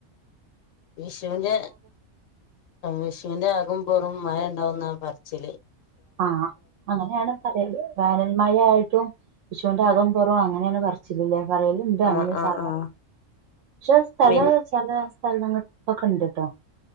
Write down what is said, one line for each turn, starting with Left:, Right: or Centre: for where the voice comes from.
Left: വിഷൂന് വിഷൂന്റെ മുമ്പുറോം മഴ ഇണ്ടാവൂന്നാ പറിച്ചില്
Right: ആഹ അങ്ങനെയാണ് പറയല് വേനൽ മഴ ആയിട്ട് ട്ടും വിഷൂന്റെ അകവും പൊറവും അങ്ങനെയാണ് പറിച്ചില്ലില്ലേ പറയല് ഇണ്ട് അങ്ങനെ
Left: ആഹ് ആഹ്
Right: സാധാരണ
Left: ആഹ്
Right: പക്ഷെ സ്ഥലം
Left: മിൻ
Right: ചെല സ്ഥലങ്ങൾക്കൊക്കെണ്ട് കേട്ടോ